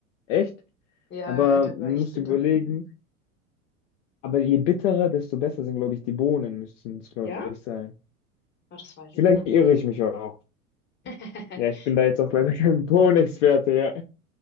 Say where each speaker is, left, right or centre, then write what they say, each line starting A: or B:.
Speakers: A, on the left; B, on the left.
A: Echt?
B: Ja,
A: Aber
B: ja, der
A: man
B: war echt
A: musst
B: bitter.
A: überlegen. Aber je bitterer, desto besser sind, glaube ich, die Bohnen, müssten es, glaube
B: Ja?
A: ich, sein.
B: Ah, das weiß
A: Vielleicht
B: ich gar nicht.
A: irre ich mich auch.
B: <laughs>
A: Ja, ich bin da jetzt auch leider <laughs> kein Bohnenexperte, ja.